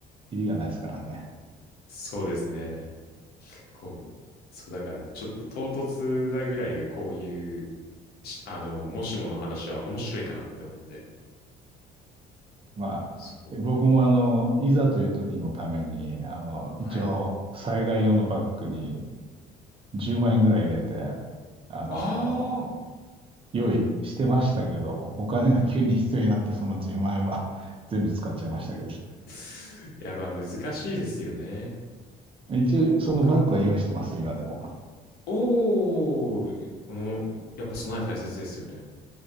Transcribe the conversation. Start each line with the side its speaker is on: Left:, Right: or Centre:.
Right: キリがないですからね。
Left: そうですね。こう、そう、だからちょっと唐突なぐらいがこういう、しあの、もしもの話は面白いかなって思って。
Right: まあ、
Left: そう。
Right: 僕もあの、いざという時のために、あの、一応、
Left: はい。
Right: 災害用のバッグに10万円ぐらい入れて、あの、
Left: ああ
Right: 用意してましたけど、お金が急に必要になって、その10万円は <laughs> 全部使っちゃいましたけど。
Left: <laughs> いや、まあ難しいですよね。
Right: 一応、そのバッグは用意してます、
Left: 僕、も
Right: 今でも。
Left: おー、この、やっぱ備え大切ですよね。